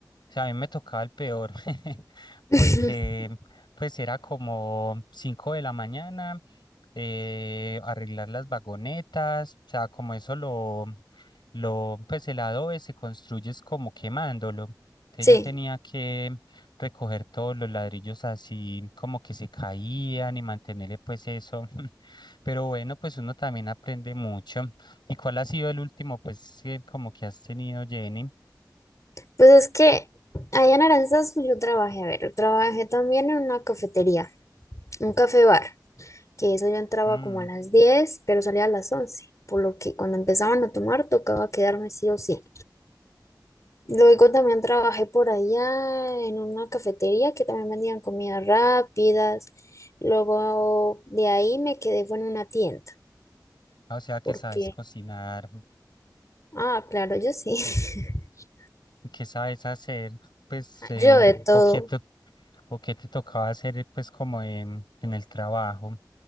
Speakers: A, on the left; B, on the left.
A: o sea, a mí me tocaba el peor, <laughs> porque
B: <laughs>
A: pues era como 5 de la mañana, eh, arreglar las vagonetas, o sea, como eso lo, lo, pues el adobe se construye es como quemándolo. Entonces
B: Sí,
A: yo tenía que recoger todos los ladrillos así como que se caían y mantenerle pues eso. <laughs> Pero bueno, pues uno también aprende mucho. ¿Y cuál ha sido el último pues que como que has tenido, Jenny?
B: pues es que allá en Aranzazu yo trabajé, a ver, yo trabajé también en una cafetería, un café bar, que eso yo entraba
A: Mm,
B: como a las 10 pero salía a las 11 por lo que cuando empezaban a tomar tocaba quedarme sí o sí. Luego también trabajé por allá en una cafetería que también vendían comidas rápidas. Luego de ahí me quedé fue en una tienda,
A: o sea que
B: porque,
A: sabes cocinar,
B: ah, claro, yo sí. <laughs>
A: que sabes hacer, pues, eh,
B: Yo de todo.
A: o qué te, o qué te tocaba hacer eh, pues como en, en el trabajo,